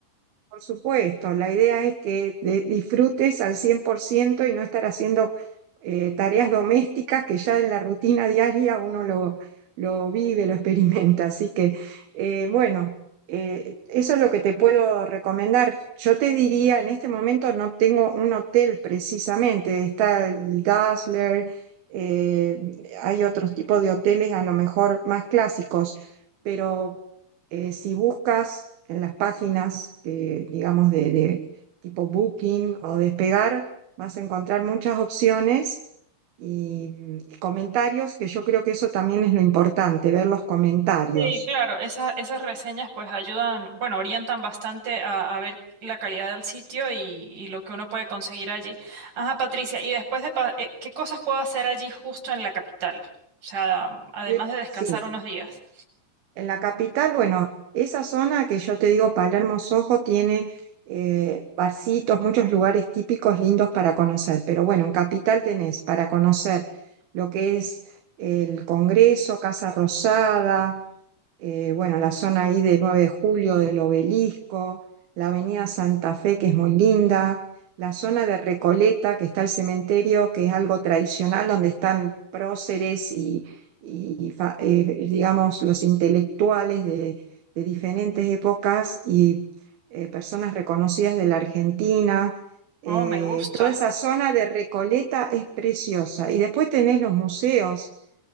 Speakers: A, on the right (about 65°); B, on the right (about 50°).
A: Por supuesto, la idea es que de- disfrutes al 100% y no estar haciendo eh, tareas domésticas que ya en la rutina diaria uno lo, lo vive, lo experimenta. Así que, eh, bueno, eh, eso es lo que te puedo recomendar. Yo te diría, en este momento no tengo un hotel precisamente, está el Dazzler, eh, hay otros tipos de hoteles a lo mejor más clásicos, pero... Eh, si buscas en las páginas, eh, digamos, de, de tipo Booking o Despegar, vas a encontrar muchas opciones y, y comentarios, que yo creo que eso también es lo importante, ver los comentarios.
B: Sí, claro, esa- esas reseñas pues ayudan, bueno, orientan bastante a, a ver la calidad del sitio y, y lo que uno puede conseguir allí. Ajá, Patricia, y después de, pa- eh, ¿qué cosas puedo hacer allí justo en la capital? O sea, además
A: Y, eh,
B: de descansar
A: sí,
B: unos días.
A: en la capital, bueno, esa zona que yo te digo, Palermo Soho, tiene eh, barcitos, muchos lugares típicos lindos para conocer, pero bueno, en capital tenés para conocer lo que es el Congreso, Casa Rosada, eh, bueno, la zona ahí de 9 de Julio, del Obelisco, la Avenida Santa Fe, que es muy linda, la zona de Recoleta, que está el cementerio, que es algo tradicional, donde están próceres y, y fa- eh, digamos, los intelectuales de, de diferentes épocas y eh, personas reconocidas de la Argentina. Eh,
B: Oh, me gusta.
A: toda esa zona de Recoleta es preciosa. Y después tenés los museos